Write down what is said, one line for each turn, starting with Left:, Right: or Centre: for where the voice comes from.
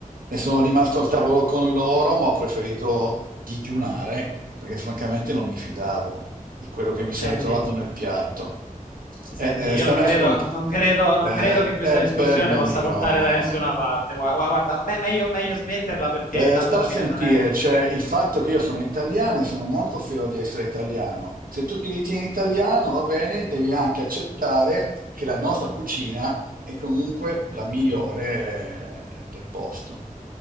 Right: e sono rimasto al tavolo con loro, ma ho preferito digiunare perché francamente non mi fidavo di quello che mi sarei
Left: Senti,
Right: trovato nel piatto.
Left: senti,
Right: Eh, eh,
Left: io
Right: stammi
Left: non credo,
Right: ascolt-
Left: non credo, non
Right: Eh,
Left: credo che questa
Right: è
Left: discussione
Right: bello
Left: possa
Right: mio.
Left: portare da nessuna parte. Gua- gua- Guarda, me- meglio, meglio smetterla perché
Right: Eh,
Left: tanto
Right: sta
Left: alla
Right: a sentire,
Left: fine non è che
Right: cioè il fatto che io sono italiano e sono molto fiero di essere italiano. Se tu ti ritieni italiano, va bene, devi anche accettare che la nostra cucina è comunque la migliore eh, del posto.